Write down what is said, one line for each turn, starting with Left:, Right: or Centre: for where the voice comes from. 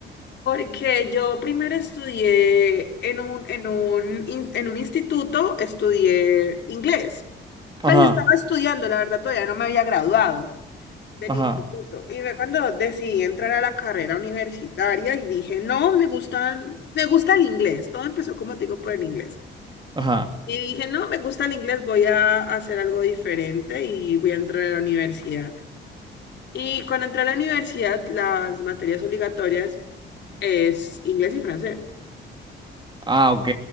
Left: Porque yo primero estudié en un, en un, in- en un instituto, estudié inglés.
Right: Ajá,
Left: Pues estaba estudiando, la verdad todavía no me había graduado del
Right: ajá,
Left: instituto. Y fue cuando decidí entrar a la carrera universitaria y dije, no, me gustan, me gusta el inglés. Todo empezó como te digo por el inglés.
Right: ajá.
Left: Y dije, no, me gusta el inglés, voy a hacer algo diferente y voy a entrar a la universidad. Y cuando entré a la universidad, las materias obligatorias es inglés y francés.
Right: Ah, ok.